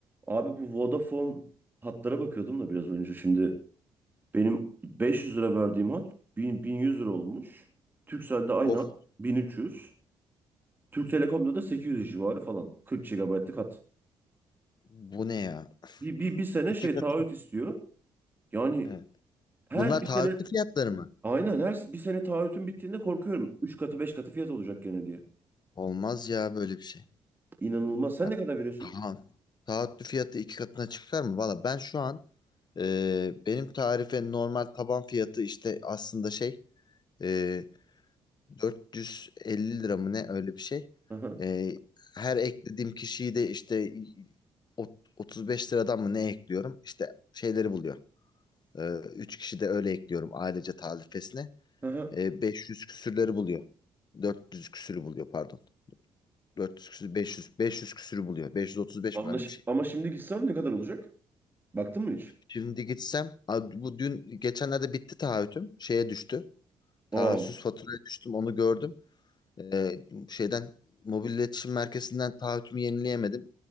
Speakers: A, on the right; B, on the left.
A: Abi bu Vodafone hatlara bakıyordum da biraz önce şimdi. Benim 500 lira verdiğim hat 1000, 1100 lira olmuş. Turkcell'de aynı
B: Of
A: hat 1300. Türk Telekom'da da 800 civarı falan. 40 gigabaytlık hat.
B: bu ne ya?
A: Bir, bir, bir sene
B: İki
A: şey
B: kat.
A: taahhüt istiyor. Yani
B: Evet.
A: her
B: Bunlar
A: bir
B: taahhütlü
A: sene
B: fiyatları mı?
A: aynen her bir sene taahhütün bittiğinde korkuyorum. üç katı 5 katı fiyat olacak gene diye.
B: Olmaz ya böyle bir şey.
A: İnanılmaz. Sen
B: Ya,
A: ne kadar veriyorsun?
B: Tamam. Taahhütlü fiyatı iki katına çıkar mı? Valla ben şu an e, benim tarife normal taban fiyatı işte aslında şey e, 450 lira mı ne öyle bir şey.
A: Aha,
B: E, her eklediğim kişiyi de işte ot- 35 liradan mı ne ekliyorum? İşte şeyleri buluyor. E, 3 kişi de öyle ekliyorum ailece tarifesine.
A: aha.
B: E, 500 küsürleri buluyor. 400 küsürü buluyor pardon. 400 küsür 500 500 küsürü buluyor. 535
A: Anlaş
B: mi öyle bir şey.
A: Ama şimdi gitsem ne kadar olacak? Baktın mı hiç?
B: Şimdi gitsem a- bu dün geçenlerde bitti taahhütüm. Şeye düştü. Taahhütsüz
A: Aa,
B: faturaya düştüm onu gördüm. E, şeyden mobil iletişim merkezinden taahhütümü yenileyemedim.